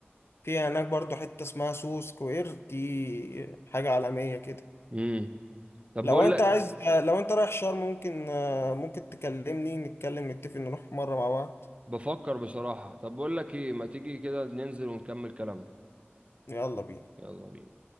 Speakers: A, on the left; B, on the right.
A: في هناك برضو حتة اسمها سو سكوير دي حاجة عالمية كده
B: امم طب
A: لو
B: بقول
A: انت
B: لك
A: عايز لو انت رايح شرم ممكن ممكن تكلمني نتكلم نتفق نروح مرة مع بعض
B: بفكر بصراحه طب بقول لك ايه ما تيجي كده ننزل ونكمل كلامنا
A: يلا بينا
B: يلا بينا